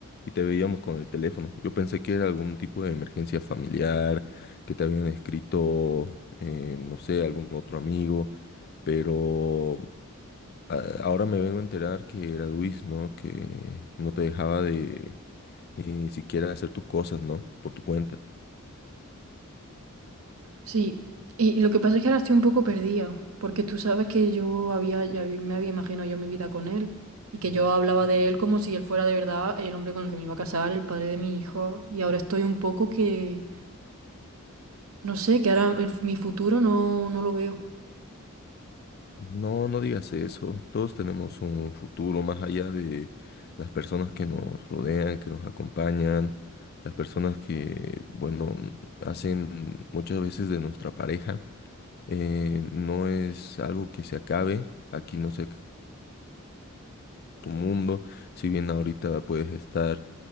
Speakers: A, on the left; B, on the right.
A: y te veíamos con el teléfono. Yo pensé que era algún tipo de emergencia familiar, que te habían escrito, eh, no sé, algún otro amigo, pero a- ahora me vengo a enterar que era Luis, ¿no? Que no te dejaba de ni siquiera hacer tus cosas, ¿no? Por tu cuenta.
B: sí. Y lo que pasa es que ahora estoy un poco perdida, porque tú sabes que yo había, ya vi- me había imaginado yo mi vida con él y que yo hablaba de él como si él fuera de verdad el hombre con el que me iba a casar, el padre de mi hijo, y ahora estoy un poco que... No sé, que ahora el- mi futuro no, no lo veo.
A: No, no digas eso. Todos tenemos un futuro más allá de las personas que nos rodean, que nos acompañan, las personas que, bueno, hacen muchas veces de nuestra pareja. Eh, no es algo que se acabe. Aquí no se acaba tu mundo. Si bien ahorita puedes estar